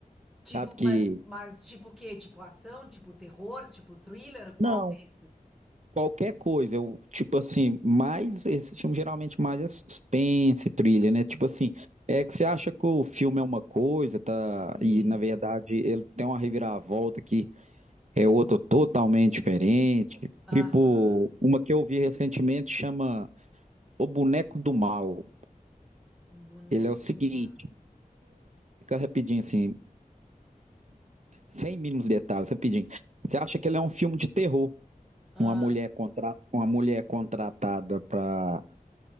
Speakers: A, in the centre; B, on the right.
A: Tipo,
B: sabe? Que
A: mas, mas tipo o quê? Tipo ação, tipo terror, tipo thriller? Qual
B: não,
A: desses?
B: qualquer coisa, eu, tipo assim, mais, esse filme geralmente mais é suspense, trilha, né? Tipo assim, é que você acha que o filme é uma coisa, tá?
A: Sim.
B: E na verdade ele tem uma reviravolta que é outro totalmente diferente.
A: Aham.
B: Tipo, uma que eu vi recentemente chama O Boneco do Mal.
A: Um boneco
B: Ele é o seguinte.
A: do mal.
B: Fica rapidinho, assim, sem mínimos detalhes, rapidinho. Você acha que ele é um filme de terror?
A: Ah,
B: Uma mulher, contra... uma mulher contratada para